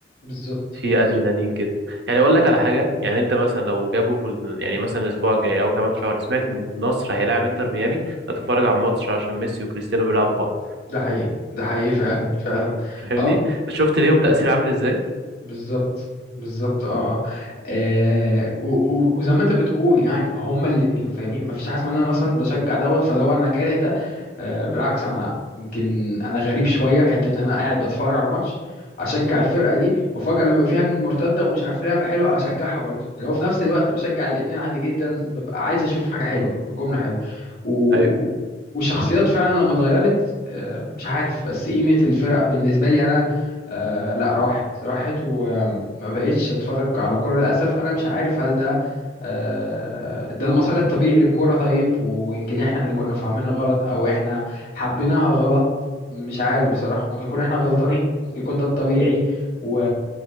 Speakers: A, on the left (about 55°); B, on the right (about 65°).
A: بالظبط
B: في
A: بالظبط.
B: ادرينالين كده يعني اقول لك على حاجة يعني انت مثلا لو جابوا في ال- يعني مثلا الاسبوع الجاي او كمان شهر سمعت ان النصر هيلاعب انتر ميامي هتتفرج على الماتش عشان ميسي وكريستيانو بيلعبوا بعض
A: ده حقيقي ده حقيقي فعلا فعلا
B: <laughs> فاهمني
A: اه
B: شفت ليهم تأثير عامل ازاي
A: بالظبط بالظبط اه آه، آه، و- و- وزي ما انت بتقول يعني هما الاتنين فاهمني مفيش حاجه اسمها ان انا مثلا بشجع دوت فدوت انا كاره ده آه، بالعكس انا يمكن انا غريب شويه حته ان انا قاعد بتفرج على ماتش اشجع الفرقه دي وفجاه لما في هجمه مرتده ومش عارف لعبه حلوه اشجعها برضه اللي هو في نفس الوقت بشجع الاتنين عادي جدا ببقى عايز اشوف حاجه حلوه الجمله حلوه و...
B: ايوه
A: و... وشخصيات فعلا لما اتغيرت آه، مش عارف بس قيمه الفرق بالنسبه لي انا آه لا راحت راحت وما بقتش اتفرج على كوره للاسف انا مش عارف هل ده آه ده المسار الطبيعي للكوره طيب ويمكن احنا اللي كنا فاهمينها غلط او احنا حبيناها غلط مش عارف بصراحه ممكن يكون احنا غلطانين ممكن يكون ده الطبيعي و...